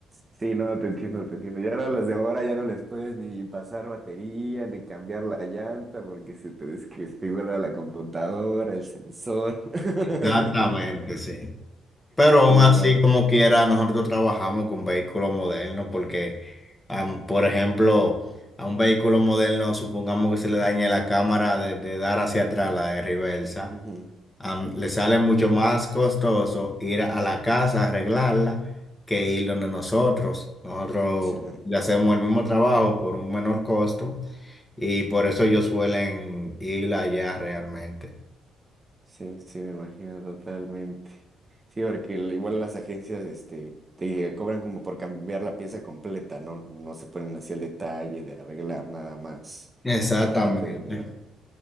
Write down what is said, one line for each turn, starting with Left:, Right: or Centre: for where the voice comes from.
Right: Sí, no, te entiendo, te entiendo. Ya ahora las de ahora ya no les puedes ni pasar batería, ni cambiar la llanta, porque se te desconfigura la computadora, el sensor. <laughs>
Left: exactamente, sí. Pero aún
Right: Sí,
Left: así,
Right: raro.
Left: como quiera, nosotros trabajamos con vehículos modernos porque, am, por ejemplo, a un vehículo moderno, supongamos que se le dañe la cámara de, de dar hacia atrás, la de reversa,
Right: Ujú,
Left: am, le sale mucho más costoso ir a la casa a arreglarla que ir donde nosotros. Nosotros
Right: Sí.
Left: le hacemos el mismo trabajo por un menor costo y por eso ellos suelen ir allá realmente.
Right: Sí, sí, me imagino totalmente. Sí, porque el- igual las agencias, este, te cobran como por cambiar la pieza completa, ¿no? No se ponen así al detalle de arreglar nada más
Left: Exactamente.
Right: la parte dañada.